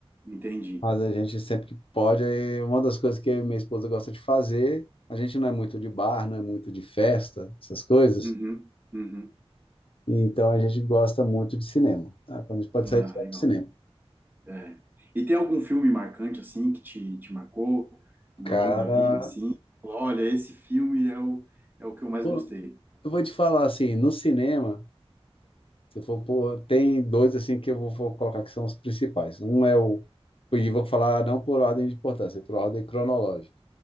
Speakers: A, on the right; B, on the left.
A: Entendi.
B: Mas a gente sempre que pode, aí uma das coisas que eu e minha esposa gosta de fazer, a gente não é muito de bar, não é muito de festa, essas coisas,
A: Uhum, uhum.
B: então a gente gosta muito de cinema. tá? Quando a gente pode
A: Ah,
B: sair, a gente vai
A: legal.
B: pro cinema.
A: É. E tem algum filme marcante, assim, que te, te marcou
B: Cara,
A: ao longo da vida, assim? Olha, esse filme é o, é o que eu mais
B: pô,
A: gostei.
B: eu vou te falar assim, no cinema, se for, pô, tem dois assim que eu vou, vou colocar que são os principais. Um é o, e vou falar não por ordem de importância, é por ordem cronológica.